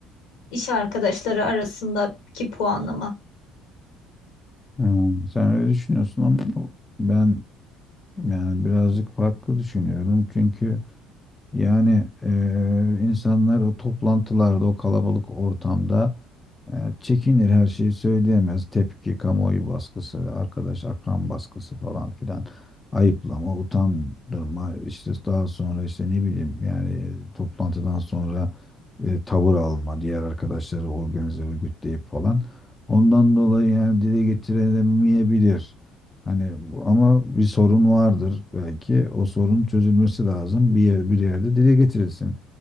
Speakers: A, on the left (about 75°); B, on the left (about 15°).
A: iş arkadaşları arasındaki puanlama.
B: Hmm, sen öyle düşünüyorsun ama ben yani birazcık farklı düşünüyorum. Çünkü yani e, insanlar o toplantılarda, o kalabalık ortamda Yani çekinir her şeyi söyleyemez. Tepki, kamuoyu baskısı, arkadaş, akran baskısı falan filan. Ayıplama, utandırma, işte daha sonra işte ne bileyim yani e, toplantıdan sonra e, tavır alma, diğer arkadaşları organize, örgütleyip falan. Ondan dolayı yani dile getiremeyebilir. Hani bu- ama bir sorun vardır belki. O sorun çözülmesi lazım. Bir yer, bir yerde dile getirilsin